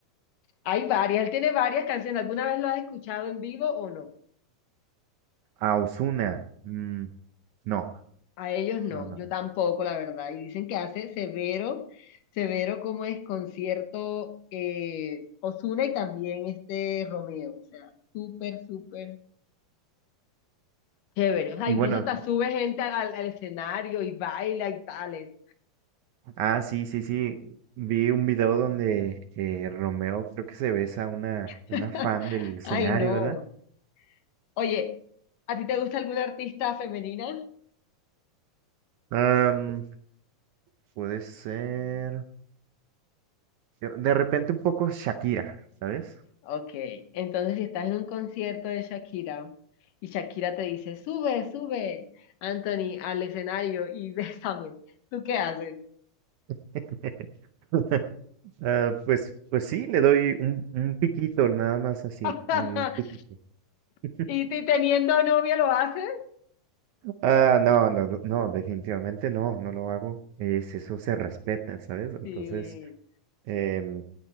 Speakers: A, on the left (about 75°); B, on the right (about 75°).
A: Hay varias, él tiene varias canciones. ¿Alguna vez lo has escuchado en vivo o no?
B: A Ozuna. mm, no,
A: A ellos no,
B: no, no.
A: yo tampoco, la verdad. Y dicen que hace severo, severo como es concierto eh, Ozuna y también este Romeo. O sea, súper, súper chévere. O sea,
B: Y
A: incluso
B: bueno.
A: hasta sube gente al, al escenario y baila y tales.
B: Ah, sí, sí, sí. Vi un video donde eh, Romeo creo que se besa a una,
A: <laughs>
B: una fan del escenario,
A: Ay, no.
B: ¿verdad?
A: Oye, ¿a ti te gusta alguna artista femenina?
B: Am, puede ser. yo- De repente un poco Shakira, ¿sabes?
A: Ok, entonces si estás en un concierto de Shakira y Shakira te dice, sube, sube, Anthony, al escenario y <laughs> bésame, ¿tú qué haces?
B: <laughs> Ah, pues, pues sí, le doy un, un piquito, nada más así,
A: <laughs>
B: un piquito. <laughs>
A: ¿Y, y teniendo novio lo haces?
B: Ah, no, no, no, no, definitivamente no, no lo hago. Es, eso se respeta, ¿sabes? Entonces.
A: Sí.
B: Em,